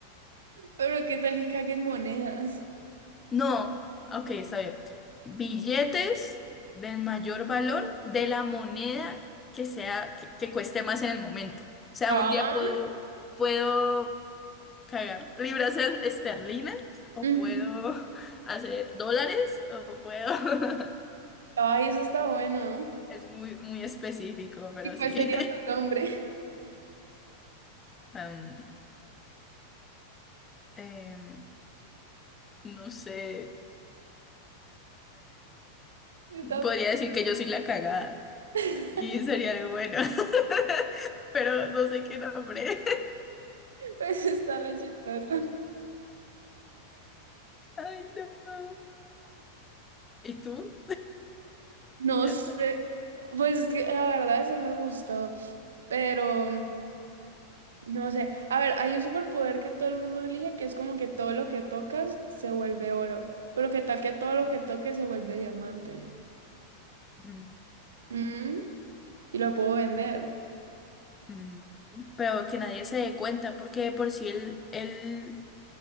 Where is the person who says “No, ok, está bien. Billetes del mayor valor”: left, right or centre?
Left